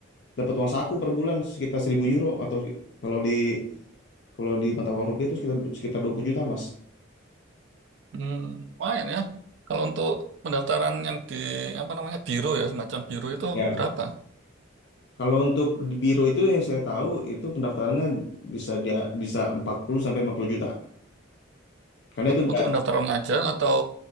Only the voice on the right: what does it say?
Hmm, lumayan ya. Kalau untuk pendaftaran yang di apa namanya biro ya semacam biro itu
berapa?
Untuk pendaftaran aja atau